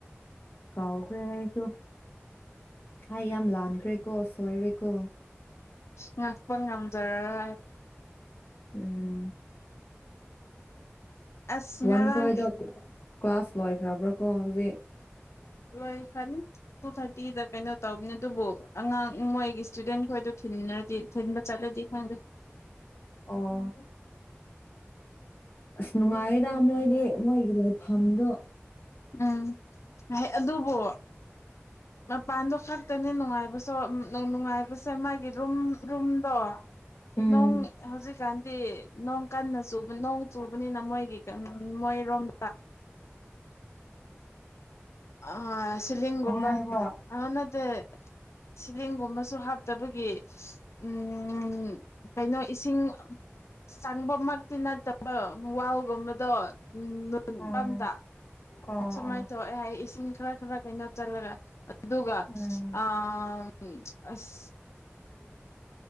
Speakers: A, on the left (about 50°); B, on the left (about 85°).
A: ꯀꯥꯎꯈ꯭ꯔꯦ ꯑꯩꯁꯨ ꯍꯥꯏ ꯌꯥꯝ ꯂꯥꯟꯈ꯭ꯔꯦꯀꯣ ꯁꯣꯏꯔꯦꯀꯣ
B: ꯃꯥ ꯄꯪꯉꯝ ꯇꯔꯥ
A: ꯎꯝ
B: ꯑꯁ
A: ꯋꯣꯟ
B: ꯉꯔꯥꯡ
A: ꯈꯣꯏꯗꯣ ꯀ꯭ꯂꯥꯁ ꯂꯣꯏ ꯈ꯭ꯔꯕ꯭ꯔꯥ ꯀꯣ ꯍꯧꯖꯤꯛ
B: ꯂꯣꯏ ꯈ꯭ꯔꯅꯤ ꯇꯨ ꯊꯥꯔꯇꯤꯗ ꯀꯩꯅꯣ ꯇꯧꯕꯅꯤ ꯑꯗꯨꯕꯨ ꯑꯉꯥꯡ ꯃꯣꯏꯒꯤ ꯁ꯭ꯇꯨꯗꯦꯟ ꯈꯣꯏꯗꯣ ꯊꯤꯟꯗꯤ ꯊꯤꯟꯕ ꯆꯠꯂꯗꯤ ꯈꯪꯗꯦ
A: ꯑꯣ ꯅꯨꯉꯥꯏ ꯍꯥꯏꯗ ꯃꯣꯏꯗꯤ ꯃꯣꯏꯒꯤ ꯂꯩꯐꯝꯗꯣ
B: ꯎꯝ ꯑꯗꯨꯕꯨ ꯃꯄꯥꯟꯗꯣ ꯈꯛꯇꯅꯤ ꯅꯨꯡꯉꯥꯏꯕꯁꯨ ꯅꯨꯡꯉꯥꯏꯕꯁꯦ ꯃꯥꯒꯤ ꯔꯨꯝ ꯔꯨꯝꯗꯣ
A: ꯎꯝ
B: ꯅꯣꯡ ꯍꯧꯖꯤꯛꯀꯥꯟꯗꯤ ꯅꯣꯡ ꯀꯟꯅ ꯆꯨꯕ ꯅꯣꯡ ꯆꯨꯕꯅꯤꯅ ꯃꯣꯏꯒꯤ ꯃꯣꯏ ꯔꯣꯝ
A: ꯑ
B: ꯑ ꯁꯤꯂꯤꯡꯒꯨꯝꯕ
A: ꯍꯥꯏꯕ꯭ꯔꯣ
B: ꯑ ꯅꯠꯇꯦ ꯁꯤꯂꯤꯡꯒꯨꯝꯕꯁꯨ ꯍꯥꯞ ꯇꯕꯒꯤ ꯎꯝ ꯀꯩꯅꯣ ꯏꯁꯤꯡ ꯆꯪꯕꯃꯛꯇꯤ ꯅꯠꯇꯕ ꯋꯥꯜꯒꯨꯝꯕꯗꯣ ꯎꯝ ꯅ
A: ꯎꯝ
B: ꯄꯝꯗ
A: ꯑꯣ
B: ꯁꯨꯃꯥꯏꯅ ꯇꯧ ꯑꯦ ꯑꯩ ꯏꯁꯤꯡ ꯈꯔ ꯈꯔ ꯀꯩꯅꯣ ꯆꯠꯂꯒ ꯑꯗꯨꯒ
A: ꯎꯝ
B: ꯑ ꯎꯝ ꯑꯁ
A: ꯎꯝ